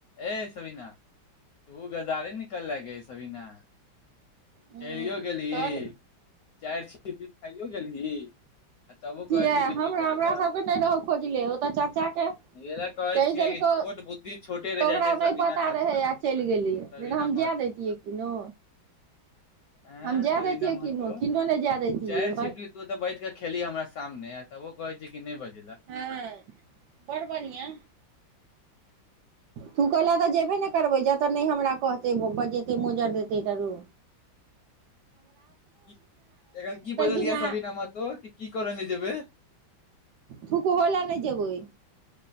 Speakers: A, on the left; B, on the right.
A: ए सविना तूं हु गदारे निकल लें गे सविना
B: हूँ
A: चलियओ गेलही
B: तऽ
A: चारि छीपी खाइयो गेलही आ तबो
B: किया
A: कहै छी कि
B: हमरा
A: नहि बजेलक
B: हमरा सबके नहि रहौ खोजले ओ तऽ चाचा के
A: एहि लेल कहै
B: कहि
A: छियै
B: देलको
A: कि छोट बुद्धि छोटे
B: तऽ
A: रहि
B: ओकरा
A: जाइ छै
B: नहि
A: सबिना
B: पता
A: खातुन
B: रहै आ
A: सबिना
B: चलि गेलियै नहि तऽ हम जाए
A: महतो
B: दैतियै किनो
A: ऐं
B: हम जाए
A: तऽ
B: दैतियै
A: एनामे
B: किनो
A: तूं
B: किनो नहि जाए दैतियै
A: चारि
B: ओ
A: छिपली तू तऽ बैठ के खेलीह हमरा सामने आ तबो कहै छै कि नहि बज
B: हँ बड़ बढ़ियां तू कहलए गऽ जेयबे ने करबै जतय नहि हमरा कहतै बजेतै मोज्जर देतै तऽरौ
A: एखन की बजलहि
B: दिना
A: सबिना महतो कि की करय नै जेबै
B: थुकहोला नहि जेबै